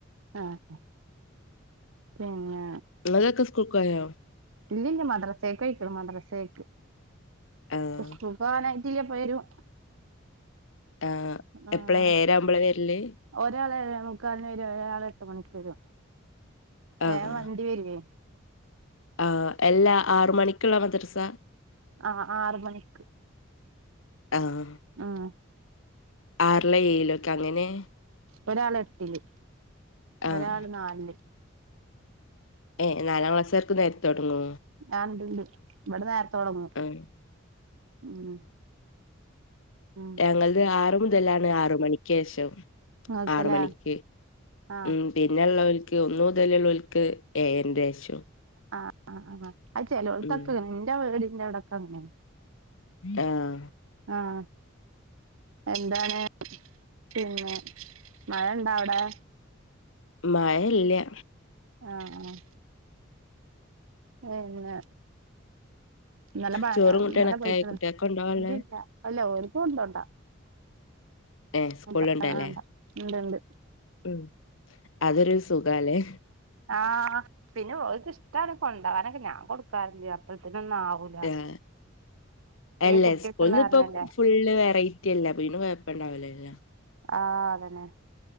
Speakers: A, on the right (about 85°); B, on the left (about 75°).
A: ആഹ് പിന്നെ
B: ങ്ങൾതൊക്കെ സ്ക്കൂൾ കോയോ
A: ഇല്ലില്ല മദ്രസേക്ക് പൊയ്റ്റൊള്ളു മദ്രസേക്ക്.
B: ആഹ്
A: സ്ക്കൂ - വാനായിട്ടില്ല ഇപ്പൊ വരും
B: ഏഹ്
A: ആഹ്
B: എപ്പളാ ഏഴരാവുമ്പളാ വരല്
A: ഒരാള് ഏഴേ മുക്കാല്ന് വരും ഒരാള് എട്ട് മണിക്ക് വരും
B: ആഹ്
A: വേം വണ്ടിവരേ
B: ആഹ് അല്ലാ ആറ് മണിക്ക്ള്ള മദ്റസാ?
A: ആഹ് ആറ് മണിക്ക്
B: ആഹ്
A: ആഹ്
B: ആറ്ലൊ ഏഴ്ലൊ ക്കങ്ങനെ
A: ഒരാള് എട്ട്ല്
B: ആഹ്
A: ഒരാള് നാല്ൽ
B: ഏഹ് നാലാം ക്ലാസ്സാര്ക്കും നേരത്തെ തൊടങ്ങോ
A: ആഹ് ഇണ്ട്ണ്ട് ഇവടെ നേരത്തെ തൊടങ്ങും
B: ആഹ്
A: ഉം ഉം
B: ഞങ്ങള്ത് ആറ് മുതലാണ് ആറ് മണിക്കേഷം
A: ഇങ്ങക്കല്ലേ
B: ആറ് മണിക്ക്
A: ആഹ്
B: ഉം പിന്നെള്ളോല്ക്ക് ഒന്നു മുതലുള്ളോല്ക്ക് ഏഴരന്റെഷം
A: ആഹ് ആഹ് ആഹ് ചെലൊട്ത്തൊക്കതെ
B: ഉം
A: ഇന്റെ വീടിന്റെ അവടൊക്കെ അങ്ങനാണ്
B: ആഹ്
A: ആഹ് എന്താണ് പിന്നെ മഴ ഇണ്ടോ അവടെ
B: മഴല്ല്യ
A: ആഹ് ആഹ് പിന്നെ ഇന്നലെ ഭ
B: ചോറും കൂട്ടാനൊക്കെ
A: ഇന്നലെ പോയ്ക്ക്ണ്
B: ആയി കുട്ടികൾക്ക് കൊണ്ടോവാൻള്ളെ
A: <unintelligible> അല്ല ഓല്ക്ക് കൊണ്ടോണ്ട
B: ഏഹ് സ്കൂളിലുണ്ടല്ലേ
A: ഇല്ല അത് വാണ്ട ഇണ്ട്ണ്ട്
B: ഉം അതൊരു സുഖാലേ?
A: ആഹ് പിന്നോല്ക്ക് ഇഷ്ട്ടാണ് കൊണ്ടകാനൊക്കെ ഞാൻ കൊട്ക്കാറില്ല അപ്പഴ്ത്ത്നൊന്നും ആവൂ
B: ഏഹ് അല്ല
A: കുട്ടിയൊക്കെ
B: സ്കൂള്ന്ന്പ്പൊ
A: ഉള്ള കാരണല്ലേ
B: ഫുള്ള് വെറൈ റ്റില്ലേ പിന്നെ കൊയപ്പണ്ടാവുലല്ലോ
A: ആഹ് അതെന്നെ